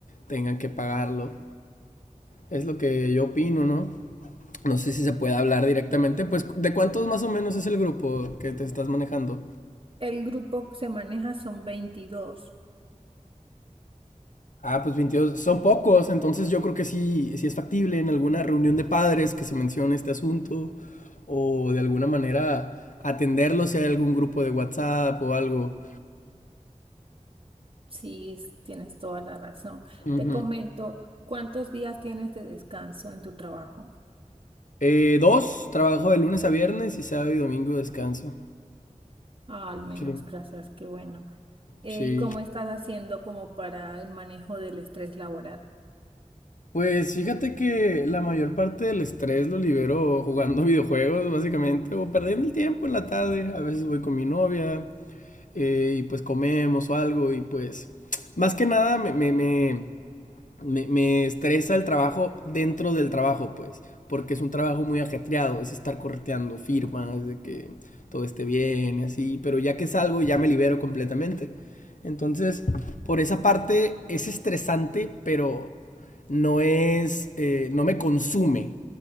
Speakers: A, on the left; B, on the right.
A: tengan que pagarlo. Es lo que yo opino, ¿no? no sé si se puede hablar directamente, pues ¿de cuántos más o menos es el grupo que te estás manejando?
B: El grupo que se maneja son veintidós
A: Ah, pues 22 son pocos, entonces yo creo que sí, sí es factible en alguna reunión de padres que se mencione este asunto o de alguna manera atenderlo si hay algún grupo de WhatsApp o algo.
B: Sí, es- tienes toda la razón.
A: Ujú.
B: Te comento, ¿cuántos días tienes de descanso en tu trabajo?
A: Eh, dos, trabajo de lunes a viernes y sábado y domingo descanso.
B: Ah, al menos,
A: Sí,
B: gracias, qué bueno. Eh,
A: sí.
B: ¿y cómo estás haciendo como para el manejo del estrés laboral?
A: Pues fíjate que la mayor parte del estrés lo libero jugando <laughs> videojuegos, básicamente, o perdiendo el tiempo en la tarde. A veces voy con mi novia eh, y pues comemos o algo y pues más que nada me, me, me- me, me estresa el trabajo dentro del trabajo, pues, porque es un trabajo muy ajetreado, es estar correteando firmas, de que todo esté bien y así, pero ya que salgo ya me libero completamente. Entonces, por esa parte es estresante, pero no es, eh, no me consume